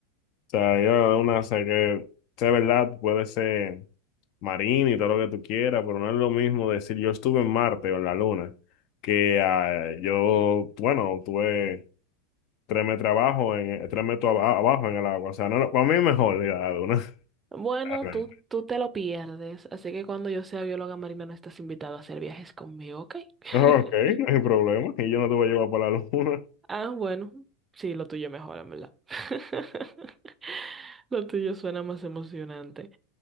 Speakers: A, on the left; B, on the right.
A: sea, yo a la luna sé que, sea verdad, puede ser. marino y todo lo que tú quieras, pero no es lo mismo decir yo estuve en Marte o en la Luna, que ah, yo, bueno, tuve tres metros abajo, en, tres metros aba- abajo en el agua. O sea, no, lo- para mí es mejor ir a la Luna.
B: Bueno,
A: <laughs>
B: tú, tú te lo pierdes, así que cuando yo sea bióloga marina no estás invitado a hacer viajes conmigo, ¿ok?
A: Ok,
B: <laughs>
A: no hay problema. Y yo no te voy a llevar para la Luna. <laughs>
B: Ah, bueno, sí, lo tuyo mejor, en verdad. <laughs> Lo tuyo suena más emocionante.